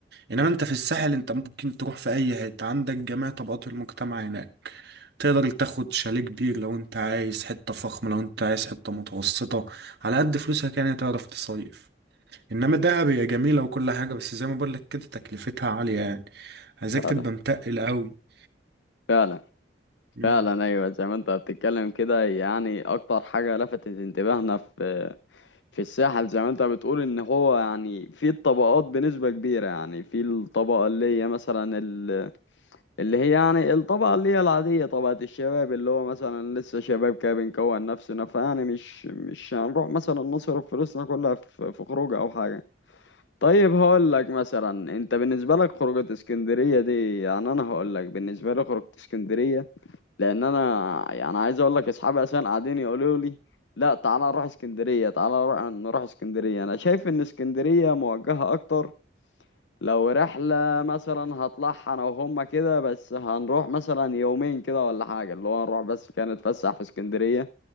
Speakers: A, on the right; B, on the left.
A: انما انت في الساحل انت ممكن تروح في اي حته عندك جميع طبقات المجتمع هناك تقدر تاخد شاليه كبير لو انت عايز حته فخمه لو انت عايز حته متوسطه على قد فلوسك يعني تعرف تصيف انما دهب هي جميله وكل حاجه بس زي ما بقول لك كده تكلفتها عاليه يعني عايزاك
B: فعلا
A: تبقى متقل قوي
B: فعلا
A: امم
B: فعلا ايوه زي ما انت بتتكلم كده يعني اكتر حاجه لفتت انتباهنا في في الساحل زي ما انت بتقول ان هو يعني في الطبقات بنسبه كبيره يعني في الطبقه اللي هي مثلا ال- اللي هي يعني الطبقه اللي هي العاديه طبقه الشباب اللي هو مثلا لسه شباب كده بنكون نفسنا فيعني مش مش هنروح مثلا نصرف فلوسنا كلها في في خروج او حاجه طيب هقول لك مثلا انت بالنسبه لك خروجه اسكندريه دي يعني انا هقول لك بالنسبه لي خروجه اسكندريه لان انا يعني عايز اقول لك اصحابي اصلا قاعدين يقولوا لي لا تعالى نروح اسكندريه تعالى نروح نروح اسكندريه انا شايف ان اسكندريه موجهه اكتر لو رحلة مثلا هطلعها أنا وهما كده بس هنروح مثلا يومين كده ولا حاجة اللي هو نروح بس كده نتفسح في اسكندرية